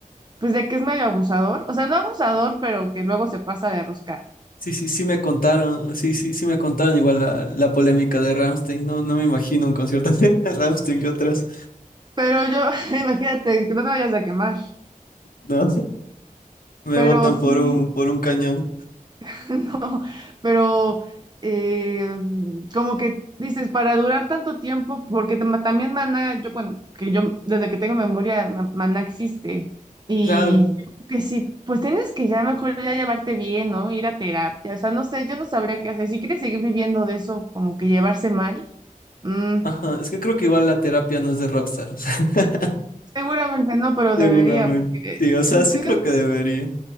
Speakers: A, on the right (about 30°); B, on the left (about 75°).
A: pues de que es medio abusador, o sea, no abusador, pero que luego se pasa de rosca.
B: Sí, sí, sí me contaron, sí, sí, sí me contaron igual la, la polémica de Rammstein. No, no me imagino un concierto <laughs> de Rammstein y otras.
A: Pero yo, <laughs> imagínate, que no te vayas a quemar,
B: No. Me
A: pero
B: botan
A: sí.
B: por un, por un cañón,
A: <laughs> No, pero eh, como que dices, para durar tanto tiempo, porque tam- también Maná, yo, bueno, que yo desde que tengo memoria, Ma- Maná existe. Y
B: Claro.
A: yo creo que sí, pues tienes que ya mejor ya llevarte bien, ¿no? Ir a terapia. O sea, no sé, yo no sabría qué hacer. Si quieres seguir viviendo de eso, como que llevarse mal, mm,
B: Ajá. Es que creo que igual la terapia no es de rockstars. <laughs>
A: seguramente no, pero
B: seguramente.
A: debería. porque
B: Sí,
A: eh,
B: o
A: estoy
B: sea, sí creo que debería.